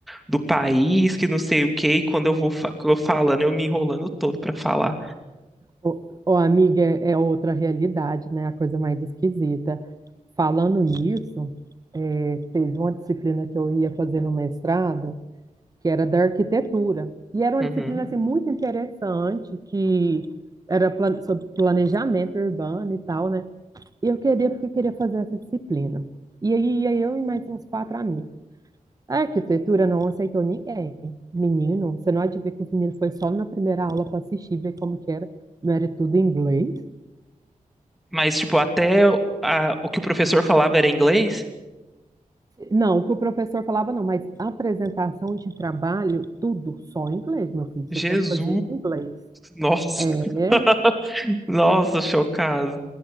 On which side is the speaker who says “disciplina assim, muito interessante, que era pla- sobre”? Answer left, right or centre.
Right